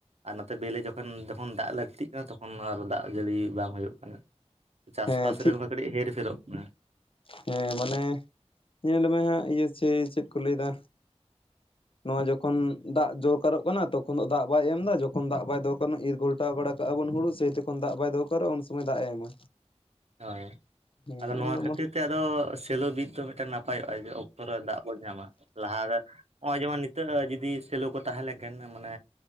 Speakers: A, on the right; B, on the left.
A: ᱟᱨ ᱱᱚᱛᱮ ᱵᱮᱞᱮ ᱡᱚᱠᱷᱚᱱ ᱡᱚᱠᱷᱚᱱ ᱫᱟᱜ ᱞᱟᱹᱠᱛᱤᱜ ᱠᱟᱱᱟ ᱛᱚᱠᱷᱚᱱ ᱟᱨ ᱫᱟᱜ ᱡᱟᱹᱲᱤ ᱵᱟᱝ ᱦᱩᱭᱩᱜ ᱠᱟᱱᱟ ᱪᱟᱥᱵᱟᱥ
B: ᱦᱮᱸ ᱴᱷᱤᱠ
A: ᱨᱮ ᱱᱚᱝᱠᱟ ᱠᱟᱹᱴᱤᱡ ᱦᱮᱨᱯᱷᱮᱨᱚᱜ ᱠᱟᱱᱟ
B: ᱦᱮᱸ ᱢᱟᱱᱮ ᱧᱮᱞᱢᱮ ᱦᱟᱸᱜ ᱤᱭᱟᱹ ᱪᱮᱭ ᱪᱮᱫ ᱠᱚ ᱞᱟᱹᱭᱫᱟ ᱱᱚᱣᱟ ᱡᱚᱠᱷᱚᱱ ᱫᱟᱜ ᱫᱚᱨᱠᱟᱨᱚᱜ ᱠᱟᱱᱟ ᱛᱚᱠᱷᱚᱱ ᱫᱚ ᱫᱟᱜ ᱵᱟᱭ ᱮᱢ ᱮᱫᱟ ᱡᱚᱠᱷᱚᱱ ᱫᱟᱜ ᱵᱟᱭ ᱫᱚᱨᱠᱟᱨ ᱤᱨ ᱜᱷᱴ ᱴᱟᱣ ᱵᱟᱲᱟ ᱠᱟᱜᱼᱟ ᱵᱚᱱ ᱦᱳᱲᱩ ᱥᱮᱭ ᱛᱚᱠᱷᱚᱱ ᱫᱟᱜ ᱵᱟᱭ ᱫᱚᱨᱠᱟᱨᱚᱜᱼᱟ ᱩᱱ ᱥᱚᱢᱚᱭ ᱫᱟᱜ ᱮᱢᱟ
A: ᱦᱳᱭ
B: ᱦᱮᱸ
A: ᱟᱫᱚ ᱱᱚᱣᱟ
B: ᱩᱱᱫᱚ
A: ᱠᱷᱟᱹᱛᱤᱨ ᱟᱫᱚ ᱥᱮᱞᱚ ᱵᱤᱛ ᱫᱚ ᱢᱤᱫᱴᱮᱱ ᱱᱟᱯᱟᱭᱚᱜᱼᱟ ᱡᱮ ᱚᱠᱛᱚ ᱨᱮ ᱫᱟᱜ ᱵᱚᱱ ᱧᱟᱢᱟ ᱞᱟᱦᱟᱨᱮ ᱱᱚᱜ ᱚᱭ ᱡᱮᱢᱚᱱ ᱱᱤᱛᱚᱜ ᱡᱩᱫᱤ ᱥᱮᱞᱚ ᱠᱚ ᱛᱟᱦᱮᱸ ᱞᱮᱱᱠᱷᱟᱱ ᱢᱟᱱᱮ